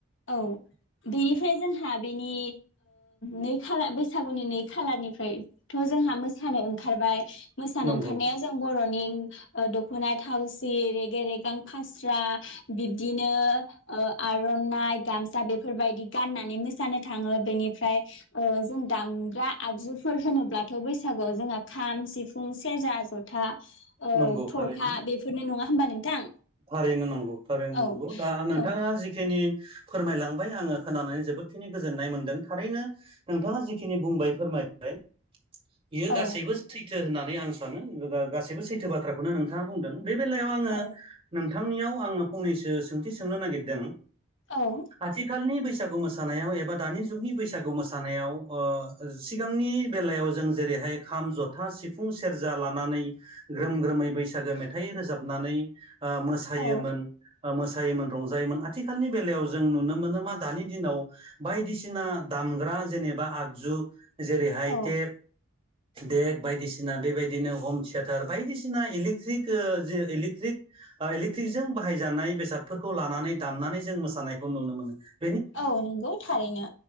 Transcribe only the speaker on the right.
नंगौ
नंगौ
थारैनो
थारैनो नांगौ थारनो
नांगौ दा नोंथाङा
जिखिनि फोरमायलांबाय आङो खोनानानै जोबोदखिनि गोजोननाय मोनदों थारैनो नोंथाङा जिखिनि बुंबाय फोरमायबाय बियो
गासैबो सैथो होननानै आं सानो गासैबो सैथो बाथ्राखौनो नोंथाङा बुंदों । बे बेलायाव आङो
नोंथांनियाव आङो फंनैसो सोंथि सोंनो नागिरदों
आथिखालनि बै बैसागु मोसानायाव एबा दानि जुगनि बैसागु मोसानायाव ओ सिगांनि बेलायाव जों जेरै बेहाय खाम, जथा, सिफुं, सेरजा लानानै ग्रोम ग्रोमै बैसागो मेथाइ रोजाबनानै ओ मोसायोमोन
मोसायोमोन रंजायोमोन आथिखालनि बेलायाव जों नुनो मोनो मा दानि दिनाव बायदिसिना दामग्रा जेनेबा आगजु जेरैहाय
टेप देक बायदिसिना बेबायदिनो हम थियेटार बायदिसिना इलेक्ट्रिक जि इलेक्ट्रिक इलेक्ट्रिकजों बाहायजानाय बेसादफोरखौ लानानै दामनानै जों मोसानायखौ नुनो मोनो ।